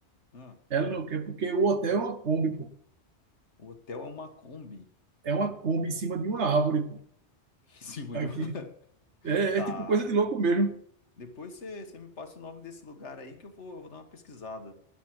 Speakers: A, on the left; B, on the right.
A: Ah,
B: Ela não quer, porque o hotel é uma Kombi,
A: o hotel é uma Kombi
B: É uma Kombi em cima de uma árvore, pô.
A: <laughs> em cima
B: Aqui.
A: de um. <laughs>
B: É,
A: Tá.
B: é tipo coisa de louco mesmo.
A: Depois você você me passa o nome desse lugar aí que eu vou, eu vou dar uma pesquisada.